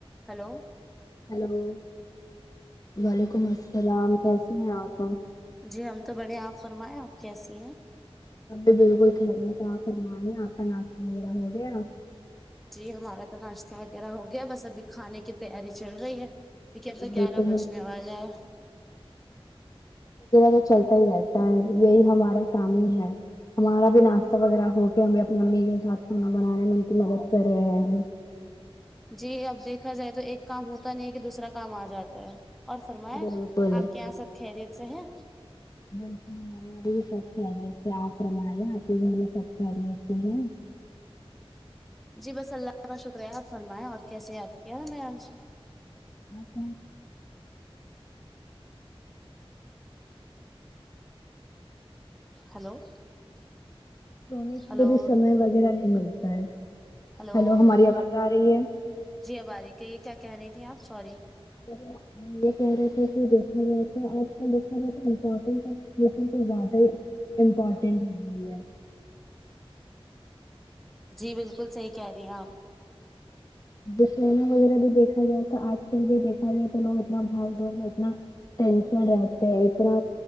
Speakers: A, in the centre; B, on the left.
A: ہیلو
B: ہیلو وعلیکم السلام کیسے ہیں آپ
A: جی ہم تو بڑھیں آپ فرمائیں آپ کیسی ہیں
B: اب بھی بالکل خیریت تو آپ فرمائے آپ کا ناشتہ وغیرہ ہو گیا
A: جی ہمارا تو ناشتہ وغیرہ ہو گیا بس ابھی کھانے کی تیاری چل رہی ہے لیکن اب تو گیارہ
B: بالکل
A: بجنے والا ہے
B: تو چلتا ہی رہتا یہی ہمارا کام ہی ہے ہمارا بھی ناشتہ وغیرہ ہو گیا ہمیں اپنی امی کے سات کھانا بنانے میں ان کی مدد کر رہے ہیں
A: جی اب دیکھا جائے تو ایک کام ہوتا نہیں ہے کہ دوسرا کام آ جاتا ہے اور فرمائے
B: بالکل
A: آپ کے یہاں سب خیریت سے ہیں
B: م ہمارے یہاں بھی سب خیریت ہے آپ فرمائے آپ کے گھر میں سب خیریت سے ہیں
A: جی بس اللہ کا شکریہ آپ فرمایں اور کیسے یاد کیا ہمیں آج
B: <unintelligible> <unintelligible>
A: ہلو
B: سونے کے
A: ہلو
B: لیے بھی سمے وغیرہ نہیں ملتا ہے
A: ہلو
B: ہیلو ہماری آواز آ رہی ہے
A: جی اب اری کہیے کیا کہہ رہی تھیں آپ سوری
B: ہم یہ کہہ رہے تھے کہ دیکھو تو آج کل دیکھانا تو امپورٹینٹ ہے لیکن زیادہ ہی امپورٹینٹ بھی ہے
A: جی بالکل صحیح کہہ رہی ہیں آپ
B: دنا وغیرہ بھی دیکھا جائے تو آج کل بھی دیکھ تو لوگ اتنا بھاگ دوڑ میں اتنا ٹینشن رہتے ہیں اتنا